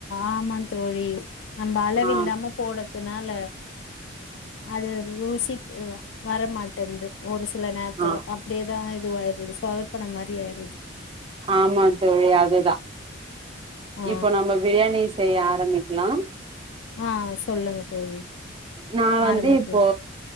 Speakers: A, on the left (about 75°); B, on the right (about 25°).
A: ஆமா தோழி நம்ம அளவு
B: ஆ
A: இல்லாம போடறதுனால அது ருசி ஆ வரமாட்டேன்து ஒரு சி சில நேரத்துல
B: ஆ
A: அப்டேதா ஆயி இதுவாயிருது சொதப்பன மாரி ஆயிருது
B: ஆமாந் தோழி அதுதா
A: ஆ
B: இப்போ நம்ம பிரியாணி செய்ய ஆரம்பிக் க்லா
A: ஆ சொல்லுங்க தோழி
B: நா வந்து
A: ஆரம்பிக்கலா
B: இப்போ